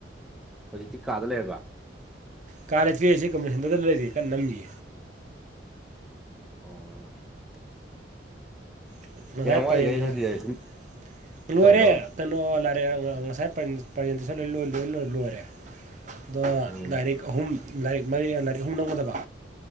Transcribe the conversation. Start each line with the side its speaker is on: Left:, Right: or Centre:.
Centre: ꯍꯧꯖꯤꯛꯇꯤ ꯀꯥꯗ ꯂꯩꯔꯕ
Right: ꯀꯥ ꯂꯩꯇ꯭ꯔꯤ ꯍꯧꯖꯤꯛ ꯀꯝꯄꯤꯇꯔ ꯁꯦꯟꯇꯔꯗ ꯂꯩꯔꯤ ꯀꯟ ꯅꯝꯃꯤ
Centre: ꯑꯣ
Right: <unintelligible>
Centre: ꯀꯌꯥꯝ ꯋꯥꯠꯂꯤꯒꯦ ꯅꯣꯏ ꯗꯤꯖꯔꯇꯦꯁꯟ
Right: ꯂꯣꯏꯔꯦ
Centre: ꯇꯧꯒꯗꯕ
Right: ꯀꯩꯅꯣ ꯉꯁꯥꯏ ꯄ꯭ꯔꯖꯦꯟꯇꯦꯁꯟ ꯂꯣꯏ ꯂꯣꯏ ꯂꯣꯏ ꯂꯣꯏ ꯂꯣꯏꯔꯦ ꯑꯣ
Centre: ꯎꯝ
Right: ꯂꯥꯏꯔꯤꯛ ꯑꯍꯨꯝ ꯂꯥꯏꯔꯤꯛ ꯃꯔꯤ ꯂꯥꯏꯔꯤꯛ ꯑꯍꯨꯝ ꯅꯝꯒꯗꯕ